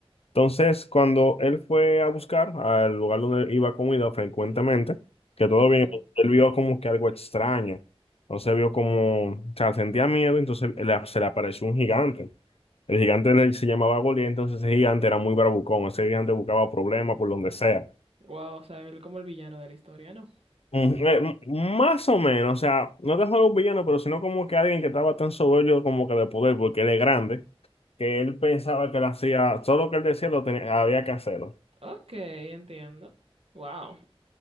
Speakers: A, on the left; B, on the right.
A: Entonces, cuando él fue a buscar al lugar donde iba comida frecuentemente, que todo
B: Ok.
A: bien, él vio como que algo extraño. Entonces vio como, o sea, sentía miedo, entonces le- se le apareció un gigante. El gigante le- se llamaba Goliat, entonces ese gigante era muy bravucón, ese gigante buscaba problemas por donde sea.
B: Wow, o sea, él como el villano de la historia, ¿no?
A: Mm, eh, mm, más o menos, o sea, no te juego un villano, pero sino como que alguien que estaba tan soberbio como que de poder, porque él es grande, que él pensaba que lo hacía, todo lo que él decía lo tenía, había que hacerlo.
B: Ok, entiendo. Wow.